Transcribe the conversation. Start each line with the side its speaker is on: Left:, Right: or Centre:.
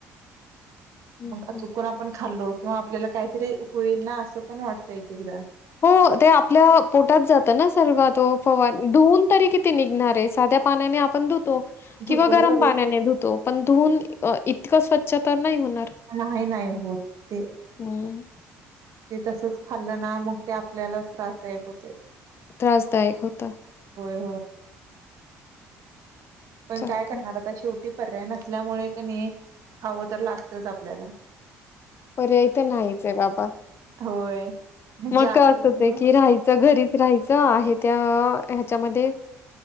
Left: हं,
Right: मग
Left: हं.
Right: चुकून आपण खाल्लो किंवा आपल्याला काहीतरी होईल ना असं पण वाटतं एक एकदा
Left: हो ते आपल्या पोटात जातं ना सर्व तो फवारणी धुऊन तरी किती निघणार आहे. साध्या पाण्याने आपण धुतो किंवा
Right: होतो
Left: गरम
Right: होय
Left: पाण्याने धुतो पण धून इतकं स्व -- च्छ तर नाही होणार.
Right: नाही नाही होत ते
Left: अं
Right: ते तसंच खाल्ल ना मग ते आपल्याला त्रासदायक होतेयं.
Left: त्रासदायक होतं.
Right: होय पण
Left: चालतंय.
Right: काय करणार आता शेवट टीपर्याय नसल्यामुळे कनी खावं तर लागतचं आपल्याला- -
Left: पर्याय तर नाहीच हाय, बाबा.
Right: होय.
Left: मग
Right: ज्या
Left: क असं
Right: त्याच्यामुळे
Left: होय की राहायचं घरीच राहायचं आहे. त्या ह्याच्यामध्ये